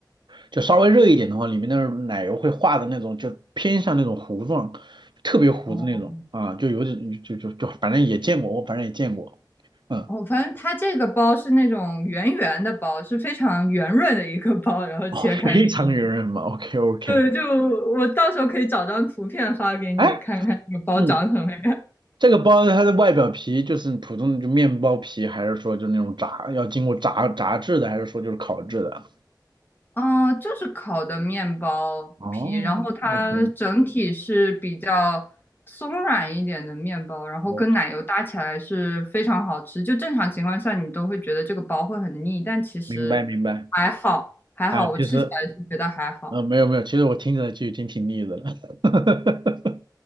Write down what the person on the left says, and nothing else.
哦
哦，反正它这个包是那种圆圆的包，是非常圆润的一个包，然后切开里面，
对，就我到时候可以找张图片发给你看看那个包长什么样。
嗯，呃就是烤的面包皮，
然后它整体是比较松软一点的面包，然后跟奶油搭起来是非常好吃。
就正常情况下，你都会觉得这个包会很腻，但其实还好，
还好，
我吃起来是觉得还好。